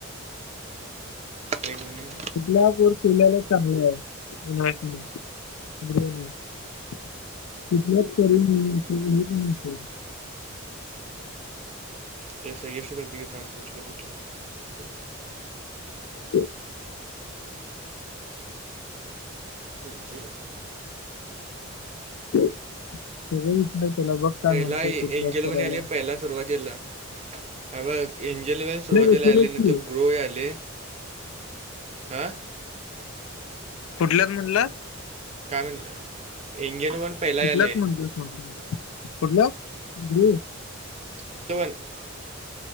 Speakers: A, on the right; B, on the left.
A: विने
B: कुठला पोर केल्याला चांगलं आहे इन्व्हेस्टमेंट कुठल्याच करी नाही असेल हे पण असेल
A: ते श्रेयश करतय की सांग, कुठलं कुठलं... करतय?
B: <unintelligible>
A: हा जय
B: <unintelligible> <unintelligible>
A: पहिला
B: कुठल्याच
A: एंजल
B: करायला
A: वन <unintelligible> त्याला सुरुवातीला... हा बघ... एंजल वन
B: नाही
A: सुरवातीला
B: रे,
A: आले नंतर
B: की.
A: ग्रो आले आ?
B: कुठल्यात म्हनला?
A: कारण एंजेल वन पहिला
B: कुठल्यात
A: आले.
B: म्हणतोस मग तू... कुठल्या.... <unintelligible>
A: <unintelligible>